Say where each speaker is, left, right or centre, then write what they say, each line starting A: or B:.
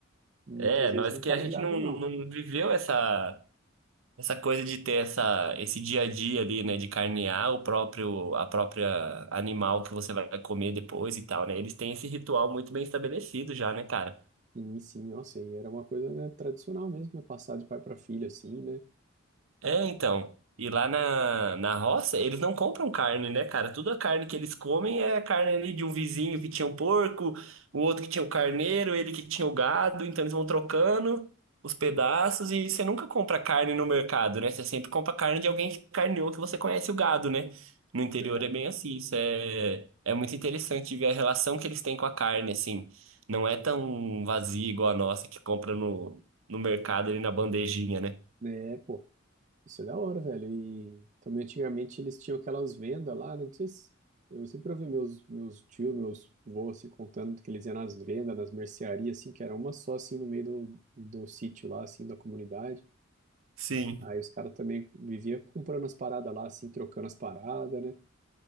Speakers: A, on the right; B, on the right.
A: muitas
B: É, nós
A: vezes não
B: que
A: tá
B: a
A: ligado,
B: gente não,
A: não.
B: não viveu essa essa coisa de ter essa esse dia a dia ali, né, de carnear o próprio a própria animal que você vai comer depois e tal, né? Eles têm esse ritual muito bem estabelecido já, né, cara?
A: Sim, sim, nossa, e era uma coisa, né, tradicional mesmo, né, passar de pai para filho, assim, né.
B: É, então. E lá na, na roça, eles não compram carne, né, cara? Toda carne que eles comem é carne ali de um vizinho que tinha um porco, o outro que tinha o carneiro, ele que tinha o gado. Então eles vão trocando os pedaços e você nunca compra carne no mercado, né? Você sempre compra carne de alguém que carneou, que você conhece o gado, né? No interior
A: Verdade.
B: é bem assim. Isso é, é muito interessante ver a relação que eles têm com a carne, assim. Não é tão vazia igual a nossa que compra no, no mercado ali na bandejinha, né?
A: É, pô. Isso é da hora, velho. E também antigamente eles tinham aquelas vendas lá, né? Não sei se... Eu sempre ouvi meus, meus tios, meus avós, assim, contando que eles iam nas vendas, nas mercearias, assim, que era uma só, assim, no meio do, do sítio lá, assim, da comunidade.
B: Sim.
A: Aí os caras também viviam comprando as paradas lá, assim, trocando as paradas, né?